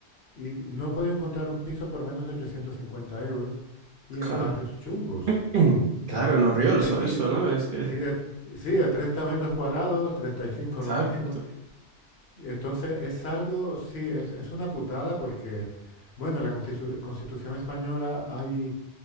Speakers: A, on the left; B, on the right.
A: y no he podido encontrar un piso por menos de 850 euros y
B: Claro.
A: en barrios chungos.
B: <clears throat> Claro, en Orriols
A: Y, pe-
B: o
A: y-
B: eso, ¿no? Es que,
A: y de, y sí, de 30 metros cuadrados, 35
B: ¿sabes?
A: lo máximo. Y Entonces es algo, sí, es, es una putada porque, bueno, en la constitu- Constitución española hay